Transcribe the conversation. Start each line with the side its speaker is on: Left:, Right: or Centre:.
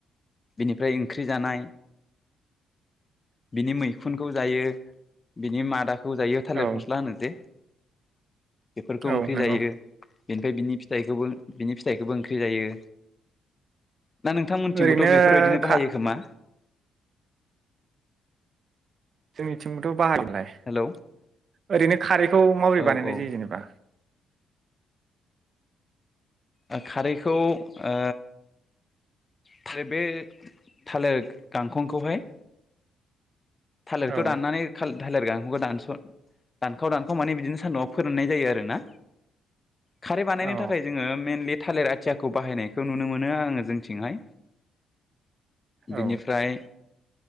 Left: बेनिफ्राय ओंख्रि जानाय। बिनि मैखुनखौ जायो, बिनि मादाखौ खौ जायो थालिर
Right: औ
Left: फस्ला होनो जे बेफोरखौ ओंख्रि
Right: औ
Left: जायो।
Right: नंगौ
Left: बेनिफ्राय बिनि फिथखौबो बिनि फिथाइखौबो ओंख्रि जायो। ना नोंथांमोनथिंबोथ'
Right: ओरैनो
Left: बेफोरबायदिनो बाहायो
Right: खा
Left: खोमा?
Right: बिथिंबोथ' <unintelligible>
Left: हेलौ
Right: ओरैनो खारैखौ माबोरै
Left: औ
Right: बानायनाय
Left: औ
Right: जायो जेनेबा?
Left: ओ खारैखौ ओ थालिर बे थालिर गांखंखौहाय थालिरखौ
Right: औ
Left: दाननानै था थालेर बिफांखौ दानस' दानखाव दानखाव माने बिदिनो सान्दुंआव फोराननाय जायो आरोना। खारै बानायनो
Right: औ
Left: थाखाय जोङो मेनलि थालिर आथियाखौ बाहायनायखौ नुनो मोनो आङो जोंनिथिंहाय। बिनिफ्राय
Right: औ